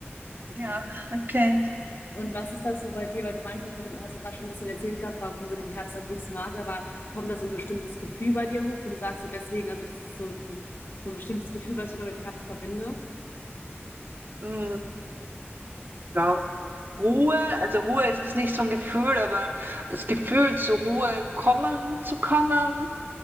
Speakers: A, on the left; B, on the right.
A: Kann
B: Ja,
A: ich mir auch-
B: okay.
A: Und was ist das so bei dir? Weil du meinst ja schon, hast ja gerade schon ein bisschen erzählt gehabt, warum du den Herbst am liebsten magst, aber kommt da so ein bestimmtes Gefühl bei dir hoch, wo du sagst, so deswegen, also das ist so ein, so ein bestimmtes Gefühl, was ich immer mit Herbst verbinde?
B: Mm, Ja. Ruhe, also Ruhe ist es nicht so ein Gefühl, aber das Gefühl, zur Ruhe kommen zu können.